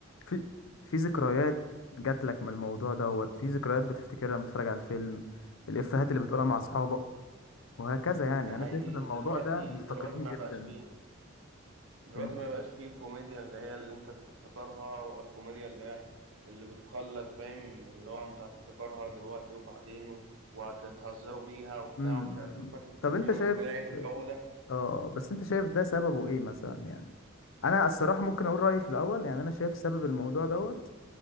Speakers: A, on the left; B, on the right.
A: في في ذكريات جات لك من الموضوع دوت في ذكريات بتفتكرها لما تتفرج على الفيلم الإفيهات اللي بتقولها مع أصحابك وهكذا يعني
B: ده حقيقي
A: أنا شايف إن الموضوع
B: دلوقتي
A: ده مفتقرينه
B: دلوقتي ما
A: جدا
B: بقاش فيه دلوقتي
A: الم...
B: ما بقاش فيه الكوميديا اللي هي اللي انت تفتكرها ولا الكوميديا اللي هي اللي بتخلد فاهم اللي هو انت هتفتكرها دلوقتي وبعدين و- وهتتهزروا بيها وبتاع
A: م- م-
B: ومش عارف ايه وفاكر
A: م.
B: في
A: طب
B: الفيلم
A: أنت شايف
B: الفلاني والجو ده
A: اه بس انت شايف ده سببه ايه مثلا يعني انا الصراحه ممكن اقول رايي في الاول يعني انا شايف سبب الموضوع دوت